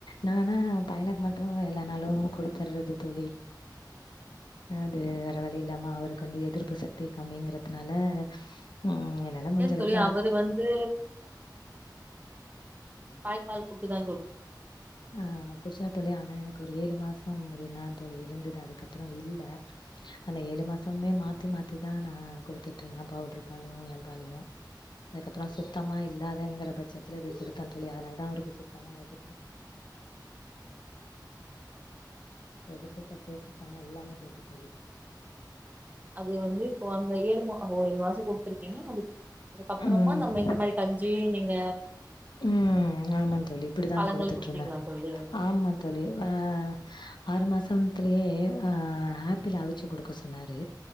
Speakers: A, on the left; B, on the right.
A: நானா பையனுக் மட்டு எல்லா நாளு குடுத்தர்றது தோழி அ அது வேற வழி இல்லாம அவருக்கு வந்து எதிர்ப்பு சக்தி கம்மிங்கறதுனால ம் என்னால முடிஞ்சலவ்க்
B: ஏன் தோழி அவரு வந்து தாய்ப்பால் குடுத் துதா
A: அ குடிச்சா தோழி ஆனா எனக்கு ஒரு ஏழு மாஸ் ம் <unintelligible> தோழி இருந்தது அதுக்கப்பறோ இல்ல அந்த ஏழு மாசமே மாத்தி மாத்தி தா நா குடுத்துட்ருந்தே பவுட்ரு பாலு எ பாலையு அதுக்கப்றோ சுத்தமா இல்லாதங்கிற பச்சத்துல இப்டி குடுத்த தோழி அதனால தா அவருக்கு சுத்தமா எதிர்ப் எதிர்ப்பு சத்தியே சுத்தமா இல்லாம போய்ட்டு தோழி
B: அது வந்து இப்போ அந்த ஏழு அ <unintelligible> மாச குடுத்துருக்கீங்க அது அதுக்கப்பறமா
A: ம்.
B: நம்ம இந்த மாரி கஞ் ஞி நீங்க
A: ம் ஆமா தோழி இப்படிதான்
B: பழங்கள்
A: குடுத்துட்டு
B: குடுத்தீங்களா
A: இருங்க
B: தோழி
A: ஆமா தோழி ஆ ஆறு மாசம் இத்துலயே ஆப்பிள் அவிச்சு கொடுக்க சொன்னாரு